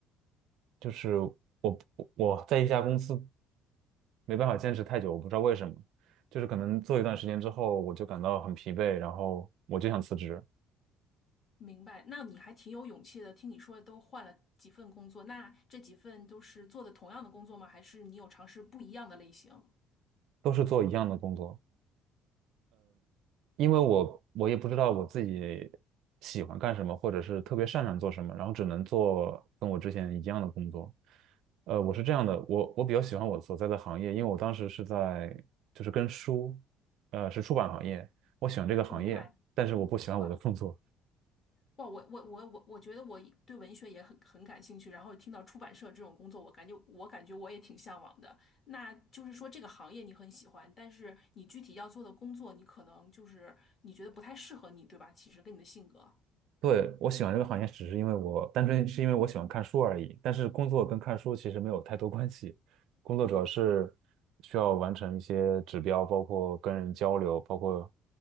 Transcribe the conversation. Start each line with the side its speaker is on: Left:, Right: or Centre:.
Right: 就是我我在一家公司。没办法坚持太久，我不知道为什么，就是可能做一段时间之后，我就感到很疲惫，然后我就想辞职，
Left: 明白，那你还挺有勇气的。听你说都换了几份工作，那这几份都是做的同样的工作吗？还是你有尝试不一样的类型？
Right: 都是做一样的工作，因为我我也不知道我自己喜欢干什么，或者是特别擅长做什么，然后只能做跟我之前一样的工作。呃，我是这样的，我我比较喜欢我所在的行业，因为我当时是在就是跟书，呃，是出版行业，我喜欢这个行业，
Left: 我明白，
Right: 但是我不喜欢我的工作。
Left: 哇哇，我我我我我觉得我对文学也很很感兴趣，然后听到出版社这种工作，我感觉我感觉我也挺向往的。那就是说这个行业你很喜欢，但是你具体要做的工作，你可能就是你觉得不太适合你，对吧？其实跟你的性格，
Right: 对，我喜欢这个行业，只是因为我单纯是因为我喜欢看书而已。但是工作跟看书其实没有太多关系，工作主要是需要完成一些指标，包括跟人交流，包括